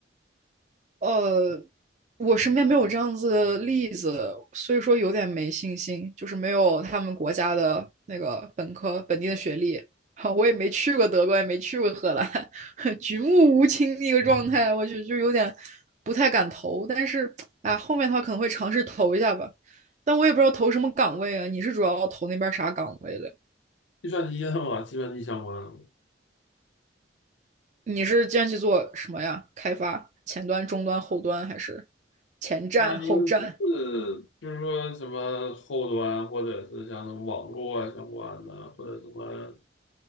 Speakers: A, on the right; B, on the left.
A: 呃，我身边没有这样子的例子，所以说有点没信心，就是没有他们国家的那个本科本地的学历。<laughs> 哈，我也没去过德国，也没去过荷兰，<laughs> 举目无亲那个状态，我就就有点不太敢投。但是啊，后面他可能会尝试投一下吧，但我也不知道投什么岗位啊。你是主要投那边啥岗位的？
B: 计算机的嘛，计算机相关的。
A: 你是这去做什么呀？开发前端、中端、后端，还是前站、
B: 它有就是就是说什么后端，
A: 后站？
B: 或者是像什么网络啊相关的，或者什么